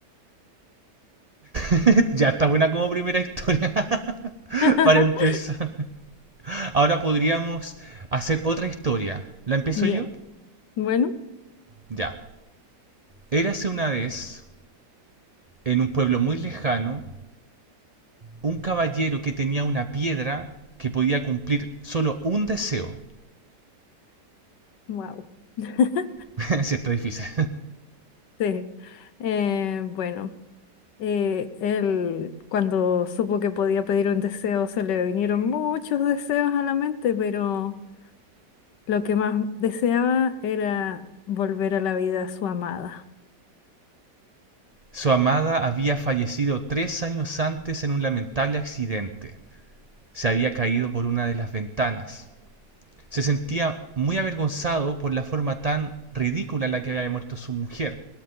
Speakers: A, on the right; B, on the left.
A: <laughs> ya está buena como primera historia <laughs>
B: <laughs>
A: para empezar. Ahora podríamos hacer otra historia. ¿La empiezo
B: Ya,
A: yo?
B: bueno,
A: Ya. Érase una vez, en un pueblo muy lejano, un caballero que tenía una piedra que podía cumplir solo un deseo.
B: wow. <laughs>
A: <laughs> sí, está difícil.
B: Sí. Eh, bueno, eh, él cuando supo que podía pedir un deseo, se le vinieron muchos deseos a la mente, pero lo que más deseaba era volver a la vida a su amada.
A: Su amada había fallecido tres años antes en un lamentable accidente. Se había caído por una de las ventanas. se sentía muy avergonzado por la forma tan ridícula en la que había muerto su mujer.